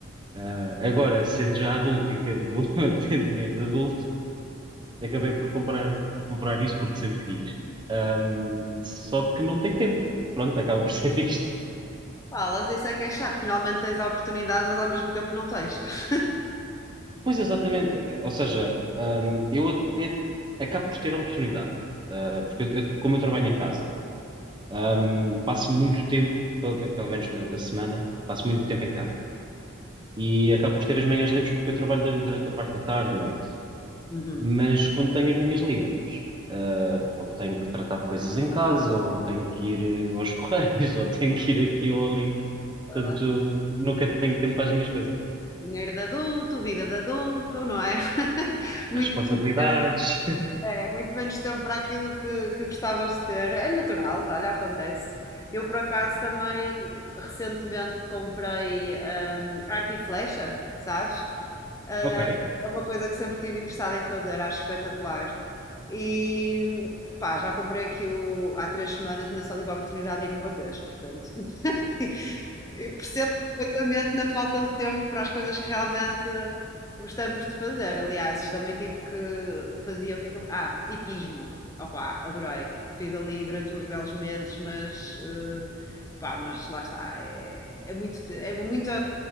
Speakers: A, on the right; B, on the left.
A: Ah, agora, sendo já adulto e tendo, <laughs> tendo dinheiro de adulto, acabei por comprar, por comprar isso porque sempre quis. Um, só que não tenho tempo. Pronto, acaba por <laughs> ser isto.
B: Falas, isso é que é chato. Finalmente tens a oportunidade, mas ao mesmo tempo não tens. <laughs>
A: Pois exatamente. Ou seja, um, eu até acabo por ter oportunidade. Ah, porque eu, eu- como eu trabalho em casa. Ahm, passo muito tempo, pe- pe- pelo menos durante a semana, passo muito tempo em casa. E acabo por ter as manhãs livres porque eu trabalho du- durante a parte da tarde, noite.
B: Uhum.
A: Mas quando tenho as manhãs livres, ah, ou tenho que tratar de coisas em casa, ou tenho que ir eh, aos correios, <laughs> ou tenho que ir aqui ou ali.
B: Vai
A: Portanto,
B: lá.
A: nunca tenho tempo para as minhas coisas.
B: Dinheiro de adulto, vida de adulto, não é? <laughs> Muito,
A: Responsabilidades.
B: muito tempo.
A: <laughs>
B: É, muito menos tempo para aquilo que, que gostavas de ter. É natural, olha, acontece. Eu, por acaso, também recentemente comprei hum, arco e flecha, sabes? Ah,
A: Ok.
B: é uma coisa que sempre estive interessada em fazer, acho espetacular. E pá, já comprei aquilo há três semanas, ainda só tive a oportunidade de ir uma vez, portanto. <laughs> E percebo perfeitamente na falta de tempo para as coisas que realmente Gostamos de fazer, aliás, também tive que fazia o que é que eu... Ah, hipismo. Opa, adorei. Fiz ali durante uns belos meses, mas eh, pá, mas lá está, é, é muito, te- é muita,